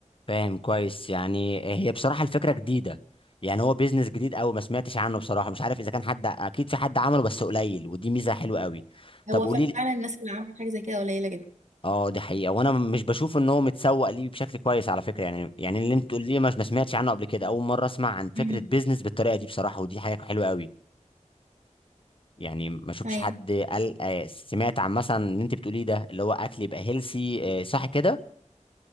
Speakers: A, on the left; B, on the right.
A: فاهم كويس يعني هي بصراحة الفكرة جديدة يعني هو بيزنس جديد قوي ما سمعتش عنه بصراحة مش عارف اذا كان حد اكيد في حد عمله بس قليل ودي ميزة حلوة قوي طب
B: هو
A: قولي
B: فعلا الناس اللي عملت حاجه زي كده قليله جدا
A: اه دي حقيقة وانا م- مش بشوف ان هو متسوق ليه بشكل كويس على فكرة يعني يعني اللي انت تقول لي مش ما سمعتش عنه قبل كده اول مرة اسمع عن
B: مم.
A: فكرة بيزنس بالطريقة دي بصراحة ودي حاجة حلوة قوي يعني ما شفتش
B: ايوه
A: حد قال آه، سمعت عن مثلا اللي انت بتقوليه ده اللي هو اكل يبقى هيلسي صح كده